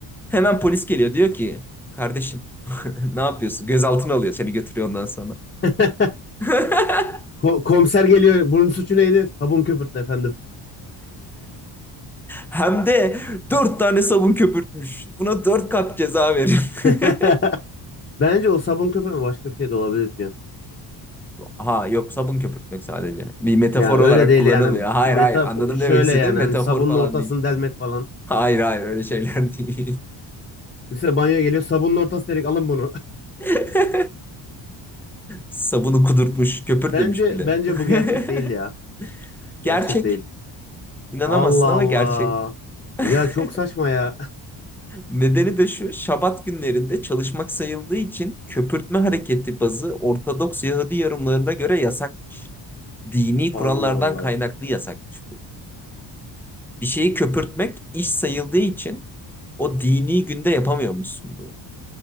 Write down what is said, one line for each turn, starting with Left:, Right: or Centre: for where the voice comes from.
Centre: Hemen polis geliyor diyor ki kardeşim <laughs> ne yapıyorsun? Gözaltına alıyor seni götürüyor ondan sonra.
Left: <laughs>
Centre: <laughs>
Left: Ko- komiser geliyor. Bunun suçu neydi? Sabun köpürttü efendim.
Centre: Hem de dört tane sabun köpürtmüş. Buna dört kat ceza verin.
Left: <laughs>
Centre: <laughs>
Left: Bence o sabun köpürme başka bir şey de olabilir diyorum.
Centre: Ha yok sabun köpürtmek sadece. Bir metafor
Left: Yani
Centre: olarak
Left: öyle değil
Centre: kullanılmıyor.
Left: yani.
Centre: Hayır
Left: Metafor
Centre: hayır anladım
Left: şöyle
Centre: demek istediğim
Left: yani
Centre: metafor
Left: hani sabunun
Centre: falan
Left: ortasını
Centre: değil.
Left: delmek falan.
Centre: Hayır hayır öyle şeyler değil.
Left: Mesela banyo geliyor sabunun ortası delik alın bunu.
Centre: <laughs> Sabunu kudurtmuş,
Left: <laughs>
Centre: köpürtmemiş
Left: Bence
Centre: bile.
Left: bence
Centre: <laughs>
Left: bu gerçek değil ya.
Centre: Gerçek.
Left: Gerçek değil.
Centre: İnanamazsın
Left: Allah Allah.
Centre: ama gerçek. <laughs>
Left: Ya çok saçma ya.
Centre: Nedeni de şu, Şabat günlerinde çalışmak sayıldığı için köpürtme hareketi bazı Ortodoks Yahudi yorumlarına göre yasakmış. Dini
Left: <laughs>
Centre: kurallardan
Left: Allah Allah.
Centre: kaynaklı yasakmış bu. Bir şeyi köpürtmek iş sayıldığı için o dini günde yapamıyor musun bunu.